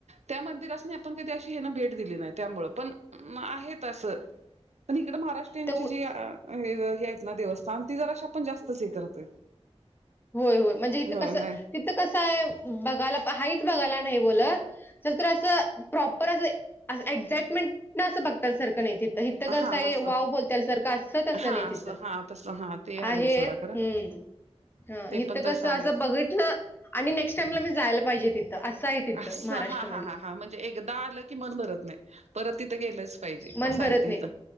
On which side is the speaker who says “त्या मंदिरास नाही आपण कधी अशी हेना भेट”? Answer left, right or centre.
Right